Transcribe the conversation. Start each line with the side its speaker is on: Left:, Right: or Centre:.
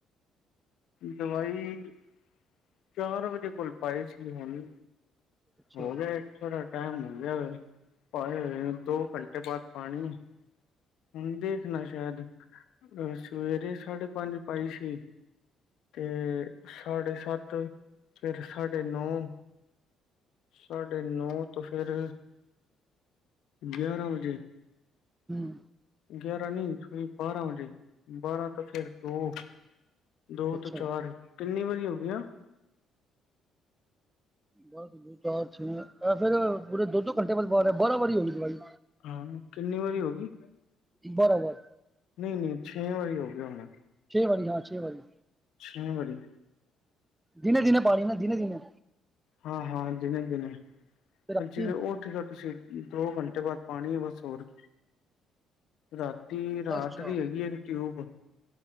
Left: ਦਵਾਈ, ਚਾਰ ਵਜੇ ਕੋਲ ਪਾਏ ਸੀ ਹੁਣ
Right: ਅੱਛਾ
Left: ਹੋ ਗੇ ਥੋੜਾ ਟਾਈਮ ਹੋ ਗਿਆ ਪਾਏ ਹੋ, ਦੋ ਘੰਟੇ ਬਾਅਦ ਪਾਣੀ ਹੁਣ ਦੇਖਣਾ ਸ਼ਾਇਦ, ਅਹ ਸਵੇਰੇ ਸਾਢੇ ਪੰਜ ਪਾਈ ਸੀ ਤੇ ਸਾਡੇ ਸੱਤ, ਫੇਰ ਸਾਡੇ ਨੌ ਸਾਡੇ ਨੌ ਤੋਂ ਫਿਰ ਗਿਆਰਾਂ ਵਜੇ
Right: ਹਮ।
Left: ਗਿਆਰਾਂ ਨਹੀਂੀ ਸ ਬਾਰਾਂ ਵਜੇ, ਬਾਰਾਂ ਤਾਂ ਫੇਿਰ ਦੋ ਦੋ
Right: ਅੱਛਾ
Left: ਤੋਂ ਚਾਰ, ਕਿੰਨੀ ਵਾਰੀ ਹੋ ਗਈ ਆ?
Right: ਬ ਦੋ ਚਾਰ, ਛੇ, ਫੇਿਰ ਪੂਰੇ ਦੋ ਦੋ ਘੰਟੇ ਬਾਅਦ ਪਾ ਰਿਹਾ, ਬਾਰਾਂ ਵਾਰੀ ਹੋ ਗਈ ਦਵਾਈ
Left: ਹਾਂ, ਕਿੰਨੀ ਵਾਰੀ ਹੋ ਗਈ?
Right: ਬਾਰਾ ਵਾਰ?
Left: ਨਹੀਂ ਨਹੀਂ, ਛੇ ਵਾਰੀ ਹੋ ਗਿਆ ਹੋਣਾ।
Right: ਛ ਵਾਰੀ ਹਾਂ, ਛੇ ਵਾਰੀ
Left: ਛੇ ਵਾਰੀ
Right: ਦਿਨ ਦਿਨੇ ਪਾਣੀ ਨਾ, ਦਿਨੇ ਦਿਨੇ
Left: ਹਾਂ ਹਾਂ ਦਿਨੇ ਦਿਨੇ,
Right: ਤੇ ਰਾਤੀ
Left: ਜਿ ਉਹ ਠੀਕ ਆ ਤੁਸੀਂ, ਦੋ ਘੰਟੇ ਬਾਅਦ ਪਾਉਣੀ ਹੈ ਬਸ ਹੋਰ ਰਾਤੀ, ਰਾਤ
Right: ਅੱਛਾ
Left: ਦੀ ਹੈਗੀ ਇੱਕ ਟਿਊਬ